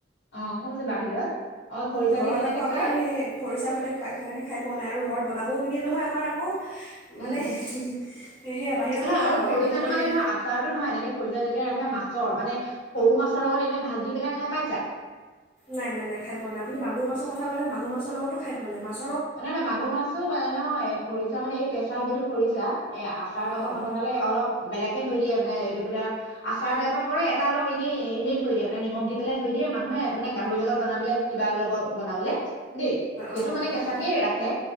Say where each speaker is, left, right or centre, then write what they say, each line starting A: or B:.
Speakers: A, on the left; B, on the left.
A: অ। <unintelligible> বাহিৰত। অ', খৰিচা
B: ঘৰত
A: দি তেনেকে
B: আকৌ আপোনাৰ
A: খাই
B: সেই খৰিচা সৈতে সেনেকৈ খাই পোৱা নাই আৰু ঘৰত বনাবও নিদিয়ে নহয়। হয় আমাৰ আকৌ মানে
A: উম উম
B: সেয়া বাহিৰতে
A: মানে
B: খোৱা
A: আৰু
B: হয়
A: খৰিচাটো
B: কেতিয়াবা
A: মানে
B: সেই
A: ধৰা আচাৰটো নহয় এনেকে খৰিচা যেতিয়া ৰাখে মাছ চৰ মানে সৰু মাছৰ লগত এনে ভাজি খাই পাইছা?
B: নাই, নাই, নাই খায়পোৱা নাই। আপুনি মাগুৰ মাছ কথা ক'লে মাগুৰ মাছৰ লগত খাইপোৱা নাই মাছ
A: নাই-নাই মাগুৰ মাছো বা নহয় খৰিচা মানে এ কেঁচা যিটো খৰিছা। এ আচাৰ টাইপত
B: অঁ
A: নবনালে অলপ বেলেগকে থৈ দিয়ে আউ মানে এইটো <unintelligible> আচাৰ টাইপত কৰে। এটা অলপ এনে এনেই থৈ দিয়ে মানে নিমখ দি পেলাই, থৈ দিয়ে মানুহে মানে গাহৰি লগত বনাবলে, কিবা লগত বনাবলে। দেই সেইটো
B: অঁ
A: মানে কে
B: অঁ
A: কে ৰাখে,